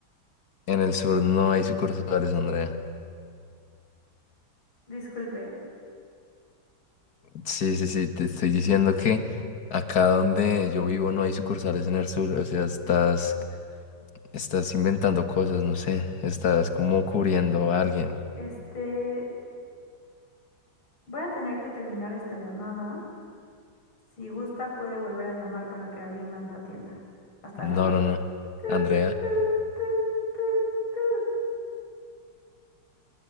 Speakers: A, on the left (about 50°); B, on the left (about 85°).
A: En el sur no hay sucursales, Andrea.
B: Disculpe,
A: Sí, sí, sí, te estoy diciendo que acá donde yo vivo no hay sucursales en el sur. O sea, estás, estás inventando cosas, no sé. Estás como cubriendo a alguien.
B: este, voy a tener que terminar esta llamada. Si gusta, puede volver a llamar para que alguien más la atienda. Hasta luego.
A: No, no, no.
B: Tut,
A: Andrea.
B: tut, tut, tut, tut.